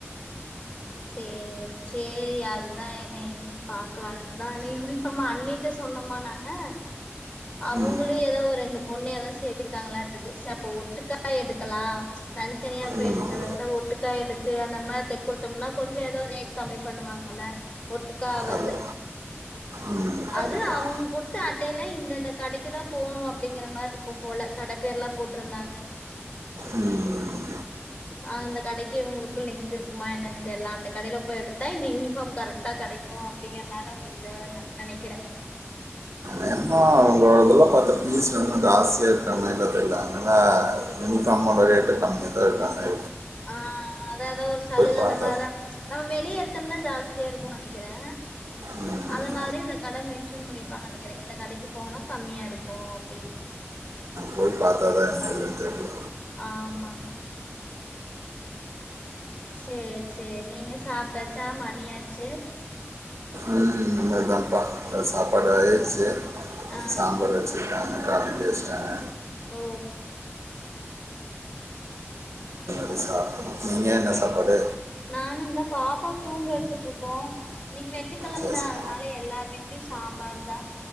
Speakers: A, on the left; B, on the right.
A: சேரி சேரி அதுதா என்ன எதுன்னு பாக்கலாதா ஆனா யூனி சும்மா அண்ணிட்ட சொன்னோம்மா நாங்க அவுங்களு
B: ம்
A: ஏதோ ஒரு ரெண்டு பொண்ணு எதாவ்து சேத்துக்கிட்டாங்களாட்டு இருக்கு ச அப்ப ஒட்டுக்கா எடுக்கலா தனித்தனியா போய்
B: ம்
A: எடுக்கறத வுட ஒட்டுக்கா எடுத்து அந்தம்மாட்ட குடுத் விட்டோம்னா கொஞ்சோ எதோ ரேட் கம்மி பண்ணுவாங்கள்ல ஒட்டுக்கா வருதுங்க
B: ஹலோ
A: போது
B: ம் கண்டிப்பாக
A: அது அவுங்க குடுத்த அட்டயில இந்தந்த கடைக்கு தா போணு அப்டிங்கிற மாரிருக்கு போல கட பேர்லா போட்டுருந்தாங்க
B: ம்
A: அ அந்த கடைக்கு இவுங்களுக்கு லிங்க் இருக்குமா என்னன்னு தெரில அந்த கடையில போய் எடுத்தா இந்த யூனிஃபார்ம் கரக்ட் டா கெடைக்கு அப்டிங்கிறனால ஒரு இதா நெனைக்கிறே
B: யேமா அவுங்கோ அதெல்லா பாத்தா ஃபிஸ் வேணுன்ற ஆசியா இருக்கிற <unintelligible> என்ன தெரியல அங்கனா யூனிஃபார்மோ ரேட்ட கம்மியா அத்தானே
A: ஆ அதாதா ஒரு சலுக
B: பார்த்தா
A: அந்த மாரிதா நம்ம வெளிய எடுத்தோம்னா ஜாஸ்தியா இருக்கு நெனக்கிறே
B: ம்,
A: அதனாலே இந்த கடை மென்ஷன் பண்ணிருப்பாங்க நெனக்கிறே இந்த கடைக்கு போனா கம்மியாருக்கு அப்டின்னு ம்
B: போய் பாத்தா தா என்ன இல்ல தெரியு
A: ஆமா செர் செரி நீங்க சாப்ட்டாச்சா மணியாச்சு
B: ம் இனிமேதாப்பா இப்ப சாப்பாடு அயிற்ச்சு
A: ஆ
B: சாம்பார் வச்சுற்காங்க. காலைலே வஸ்ட்டாங்க
A: ஓ
B: போய் சாப்ணு நீஙக என்ன சாப்பாடு
A: நானு இந்த பாப்பாவ தூங்க வச்சுட்டுருக்கோ இன்னிக்கு வெள்ளிக்கெழம
B: சரி
A: தா
B: சரி.
A: அத்னால எல்லார் வீட்லயு சாம்பாரு தா